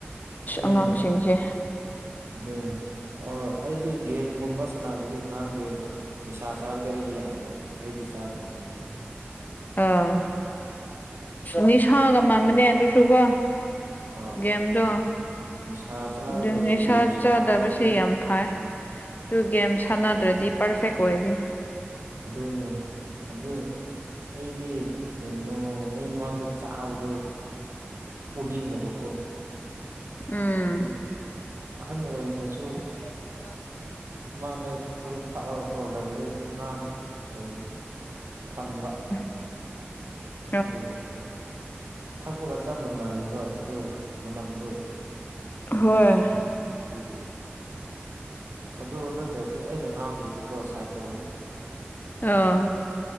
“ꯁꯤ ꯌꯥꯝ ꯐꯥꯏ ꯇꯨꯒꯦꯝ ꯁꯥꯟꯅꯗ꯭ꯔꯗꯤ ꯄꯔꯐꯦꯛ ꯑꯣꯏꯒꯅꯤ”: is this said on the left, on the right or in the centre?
Left